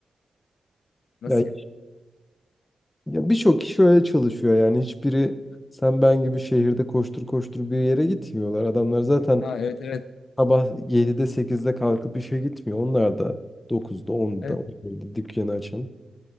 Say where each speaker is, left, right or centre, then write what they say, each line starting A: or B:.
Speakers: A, on the left; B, on the left.
A: Nasıl
B: Yani
A: ya?
B: ya birçok kişi öyle çalışıyor yani hiçbiri sen ben gibi şehirde koştur koştur bir yere gitmiyorlar. Adamlar zaten
A: Ha evet evet.
B: sabah 7'de 8'de kalkıp işe gitmiyor. Onlar da 9'da 10'da
A: Evet.
B: 11'de dükkanı açan.